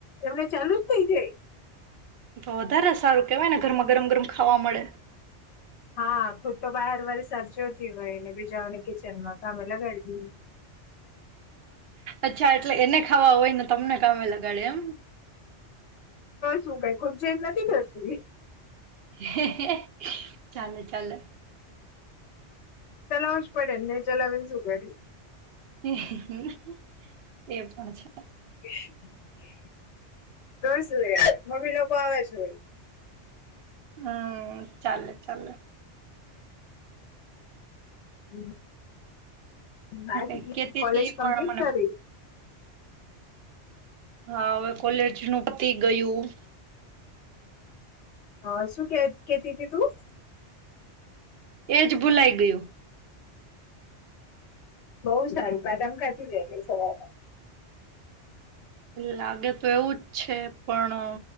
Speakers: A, on the left (about 70°); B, on the right (about 65°).
A: એમને ચાલુ જ થઇ જાય.
B: તો વધારે સારું કેવાય ને ઘરમાં ગરમ ગરમ ખાવા મળે.
A: હા ખુદ તો બહાર વરસાદ જોતી હોય ને બીજાઓને કિચન માં કામે લગાડી દઈ.
B: અચ્છા એટલે એને ખાવા હોય ન તમને કામે લગાડે એમ
A: તુ કાય ખુદ ચેન્જ નથી થતી
B: હેહે ચાલો ચાલો
A: ચલાવું જ પડે ને નહી, ચલાવી ને શું કરી.
B: <inaudible> <unintelligible>
A: <unintelligible> હવે અમે લોકો આવા છે.
B: હમ્મ ચાલે ચાલે.
A: હમ્મ. <unintelligible>
B: હું કઈ કેતી
A: કોલેજ
B: હતી
A: કમ્પ્લીટ
B: પણ મને
A: કરી.
B: હા હવે કોલેજ નું પતી ગયું.
A: અ શું કે કેતી હતી તું.
B: એજ ભૂલાઈ ગયું.
A: બહુ સારું બાદામ ખાતી જ એટલે સવારે.
B: લાગે તો એવું જ છે, પણ